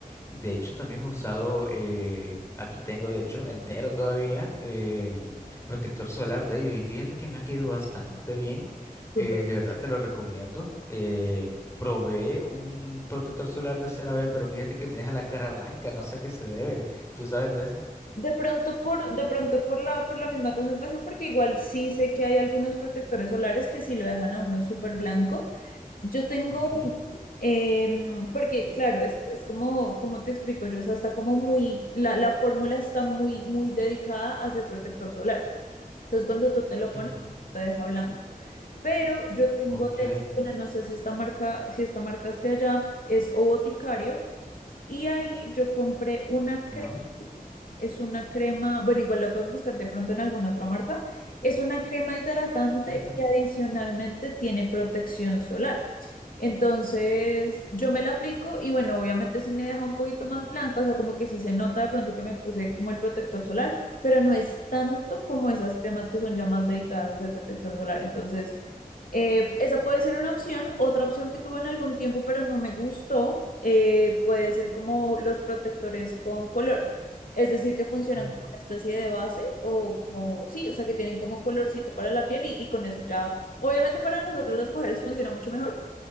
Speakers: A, on the left; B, on the left.
A: Y de hecho también he usado, eh, aquí tengo de hecho entero todavía, protector solar de ellos y fíjate que me ha caído bastante bien.
B: súper.
A: eh, de verdad te lo recomiendo. eh, probé un protector solar de CeraVe, pero fíjate que me deja la cara blanca, no sé a qué se debe. ¿Tú sabes de eso?
B: De pronto por, de pronto por la, por la misma concentración, porque igual sí sé que hay algunos protectores solares que sí lo dejan a uno súper blanco. Yo tengo
A: Ok.
B: uno, em, porque claro, es, es como, como te explico yo, o sea, está como muy, la, la fórmula está muy, muy dedicada a ser protector solar. Entonces cuando tú te lo
A: ujú,
B: pones, te deja blanco. Pero yo tengo,
A: Ok.
B: de hecho, bueno, no sé si esta marca, si esta marca esté allá, es O Boticario, y ahí yo compré una
A: No.
B: crema. Es una crema, bueno, igual la puedes buscar de pronto en alguna otra marca. Es una crema hidratante
A: ujú,
B: que adicionalmente tiene protección solar. Entonces, yo me la aplico y bueno, obviamente sí me deja un poquito más blanca, o sea, como que sí se nota de pronto que me puse como el protector solar, pero no es tanto como esas cremas que son ya más dedicadas a hacer protector solar. Entonces, eh, esa puede ser una opción. Otra opción que tuve en algún tiempo, pero no me gustó, eh, puede ser como los protectores con color. Es decir, que funcionan
A: ujú,
B: como una especie de base o como, sí, o sea, que tienen como colorcito para la piel y, y con eso ya, obviamente para nosotros las mujeres funciona mucho mejor,